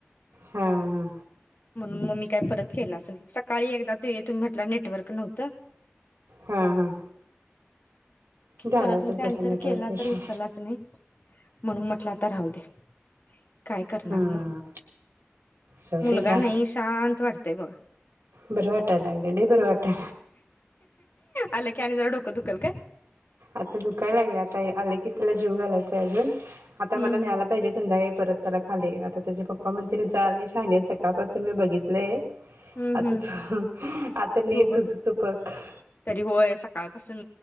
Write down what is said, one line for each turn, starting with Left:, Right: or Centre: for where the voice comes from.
Right: हा हा
Left: म्हणून मग मी काय परत केलाच नाही सकाळी एकदा ते तुम्ही म्हटला नेटवर्क नव्हतं.
Right: हा हा झाला
Left: परत
Right: असेल
Left: मग त्यानंतर
Right: तसं नेटवर्क
Left: केला
Right: इश्यू
Left: तर उचलाच नाही म्हणून म म्हंटलंं आता राहूदे काय करणार
Right: हम्म
Left: मग
Right: जाऊदे
Left: मुलगा
Right: घ्या.
Left: नाही शांत वाटतय बघा.
Right: बरं वाटाय लागलय लई बरं वाटा
Left: आलं की आणि जरा डोकं दुखल काय
Right: आता दुकाय लागल्यात आता आले की तेला जीऊ घालायचय आ
Left: हम्म
Right: आता मला न्यायला
Left: हम्म
Right: पाहिजे संध्याकाळी परत त्याला खाली आता त्याचे पप्पा म्हणतील जा लई शानीहाइस सकाळपासून मी बघितलंय
Left: हम्म
Right: आता
Left: हम्म
Right: तू आता ने
Left: तू बघ
Right: तुझं बघ.
Left: तरी होय सकाळपासून